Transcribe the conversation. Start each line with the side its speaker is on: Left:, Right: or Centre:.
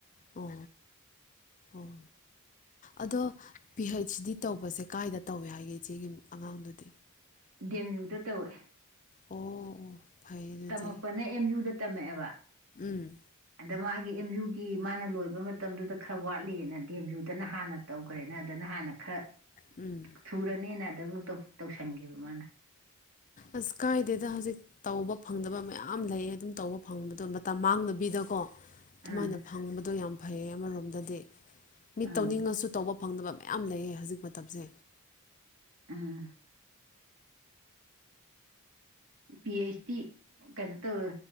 Left: ꯑꯣ ꯎꯝ ꯑꯗꯣ ꯄꯤ ꯍꯩꯆ ꯗꯤ ꯇꯧꯕꯁꯦ ꯀꯥꯏꯗ ꯇꯧꯋꯦ ꯍꯥꯏꯒꯦ ꯏꯆꯦꯒꯤ ꯑꯉꯥꯡꯗꯨꯗꯤ
Right: ꯗꯦꯝ ꯌꯨꯗ ꯇꯧꯋꯦ
Left: ꯑꯣ ꯑꯣ ꯐꯩ ꯑꯗꯨꯗꯤ
Right: ꯇꯝꯃꯛꯄꯅ ꯑꯦꯝ ꯌꯨꯗ ꯇꯝꯃꯛꯑꯦꯕ
Left: ꯎꯝ
Right: ꯑꯗ ꯃꯥꯒꯤ ꯑꯦꯝ ꯖꯨꯒꯤ ꯃꯥꯅ ꯂꯣꯏꯕ ꯃꯇꯝꯗꯨꯗ ꯈꯔ ꯋꯥꯠꯂꯤꯅ ꯗꯤ ꯑꯦꯝ ꯌꯨꯗꯅ ꯍꯥꯟꯅ ꯇꯧꯒꯔꯦꯅ ꯑꯗꯅ ꯍꯥꯟꯅ ꯈꯔ
Left: ꯎꯝ
Right: ꯊꯨꯔꯅꯤꯅ ꯑꯗꯕꯨꯨ ꯇꯧ ꯇꯧꯁꯟꯈꯤꯕ ꯃꯥꯅ
Left: ꯑꯁ ꯀꯥꯏꯗꯦꯗ ꯍꯧꯖꯤꯛ ꯇꯧꯕ ꯐꯪꯗꯕ ꯃꯌꯥꯝ ꯂꯩ ꯑꯗꯨꯝ ꯇꯧꯕ ꯐꯪꯕꯗꯣ ꯃꯇꯝ ꯃꯥꯡꯗꯕꯤꯗꯀꯣ ꯑꯗꯨꯃꯥꯏꯅ
Right: ꯑꯥ
Left: ꯐꯪꯕꯗꯣ ꯌꯥꯝ ꯐꯩꯌꯦ ꯑꯃꯔꯣꯝꯗꯗꯤ ꯃꯤ
Right: ꯑꯥ
Left: ꯇꯧꯅꯤꯡꯉꯁꯨ ꯇꯧꯕ ꯐꯪꯗꯕ ꯃꯌꯥꯝ ꯂꯩꯌꯦ ꯍꯧꯖꯤꯛ ꯃꯇꯝꯁꯦ
Right: ꯎꯝ ꯄꯤ ꯑꯩꯆ ꯗꯤ ꯀꯩꯅꯣ ꯇꯧꯋ